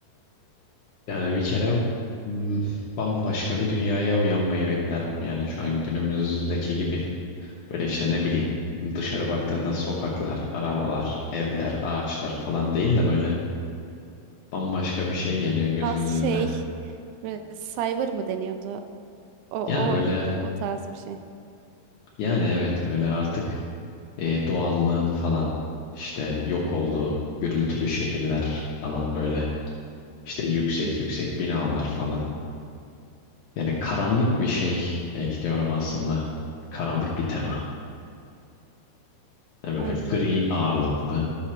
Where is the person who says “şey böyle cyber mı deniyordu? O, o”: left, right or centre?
Right